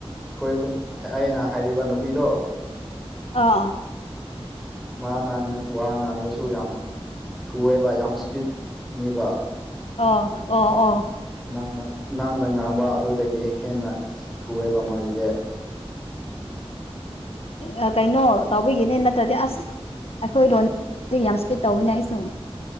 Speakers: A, in the centre; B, on the left.
A: ꯑꯩꯈꯣꯏ ꯑꯩꯅ ꯍꯥꯏꯔꯤꯕ ꯅꯨꯄꯤꯗꯣ
B: ꯑꯥ
A: ꯃꯥꯅ ꯋꯥ ꯉꯥꯡꯕꯁꯨ ꯌꯥꯝ ꯊꯨꯋꯦꯕ ꯌꯥꯝ ꯏꯁꯄꯤꯠꯅꯤꯕ
B: ꯑꯣ ꯑꯣ ꯑꯣ
A: ꯅꯪꯅ ꯅꯪꯅ ꯉꯥꯡꯕ ꯑꯗꯨꯗꯒꯤ ꯍꯦꯟꯅ ꯊꯨꯑꯦꯕ ꯃꯥꯒꯤꯗꯤ
B: ꯑꯥ ꯀꯩꯅꯣ ꯇꯧꯕꯤꯒꯤꯅꯤ ꯅꯠꯇ꯭ꯔꯥꯗꯤ ꯑꯁ ꯑꯩꯈꯣꯏ ꯂꯣꯟ ꯗꯨ ꯌꯥꯝ ꯏꯁꯄꯤꯠ ꯇꯧꯕꯅꯦ ꯑꯩꯁꯨ